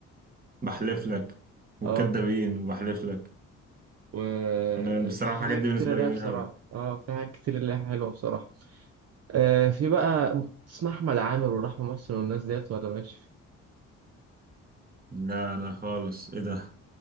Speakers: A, on the right; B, on the right.
A: بحلف لك وكدابين
B: اه
A: وبحلف لك
B: وفي
A: أنا بصراحة الحاجات
B: حاجات
A: دي
B: كتيرة
A: بالنسبة
B: ليها
A: لي جميلة
B: بصراحة
A: أوي
B: اه في حاجات كتير ليها حلوة بصراحة آه في بقى اسمها أحمد عامر ورحمة محسن والناس ديت ولا ماشي
A: لا لا خالص إيه ده ما